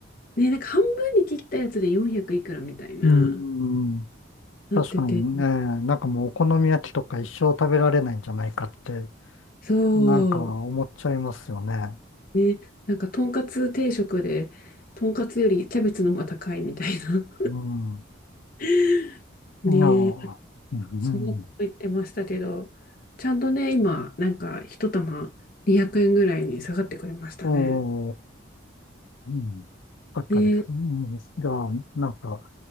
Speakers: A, on the left; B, on the left.
A: ね、なんか半分に切ったやつで400いくらみたいな、
B: うん、うん
A: なってて。
B: 確かにね、なんかもうお好み焼きとか一生食べられないんじゃないかって、
A: そう。
B: なんか思っちゃいますよね。
A: ね、なんか、とんかつ定食で、とんかつよりキャベツの方が高いみたいな。
B: うん。
A: <laughs> ねえ
B: いやー、うん、うん
A: そんなこと言ってましたけど、ちゃんとね、今、なんか一玉200円ぐらいに下がってくれましたね。
B: おー、うん、よかったです。
A: ね、
B: うん、じゃあ、なんか、